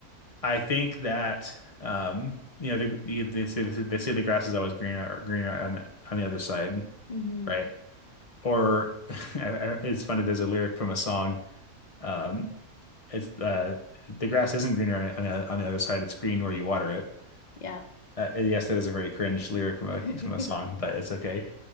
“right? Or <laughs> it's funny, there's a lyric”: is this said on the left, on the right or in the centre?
Left